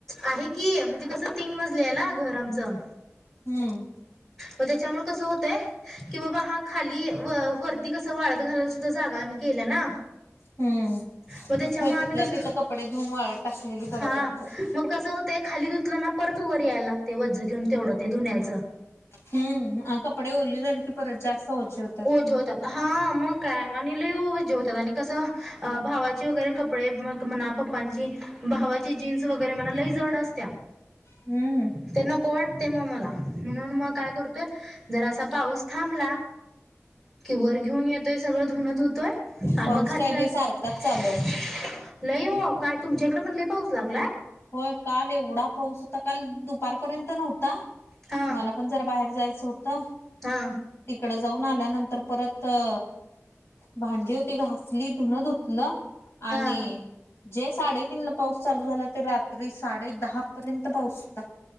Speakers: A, in the centre; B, on the left.
A: आहे की म्हणजे कसं तीन मजली आहे ना घर आमचं.
B: हम्म
A: म त्याच्यामुळे कस होतय की बाबा हा खाली व वरती कस वाळत घाल सुद्धा जागा आम्ही केल्या ना
B: हम्म
A: मग त्याच्यामुळे
B: होय तिथल्या
A: आम्ही कसं
B: तिथं कपडे धुऊन वाळत टाकलेली बर
A: हा
B: पडतंय.
A: मग कसं होतंय खाली धुतलं ना परत वर याय लागतय वज घेऊन तेवढं ते धुण्याचं.
B: हम्म अ कपडे ओल्ली झाली की परत जास्त ओझी हो
A: ओझी होत्यात हा मग काय आणि लई ओझी होत्यात आणि कसं भावाची वगैरे, कपडे मोत मनाप <unintelligible> पप्पांची, भावाची जीन्स वगैरे म्हणा लई जड असत्या.
B: हम्म.
A: ते नको हेत ते म मला वाटतय म मला म्हणून, म काय करतोय जर असा पाऊस थांबला कि वर घेऊन येतोय सगळं धुन धुतोय आणि
B: पाऊस
A: मग खाली
B: काय
A: जायच
B: बाई सारखाच
A: <unintelligible>
B: चालू आहे
A: लई ओ काय तुमच्याइकड पण लई पाऊस लागलाय?
B: होय काल एवढा पाऊस, होता काल दुपारपर्यंत नव्हता
A: हा
B: मला आपण जरा बाहेर जायचं होत.
A: हा.
B: तिकड जाऊन आल्यानंतर परत अ भांडी होती घासली धुनं धुतलं.
A: हा.
B: आणि जे साडेतीन ला पाऊस चालू झाला. तर रात्री साडे दहा पर्यंत पाऊस होता.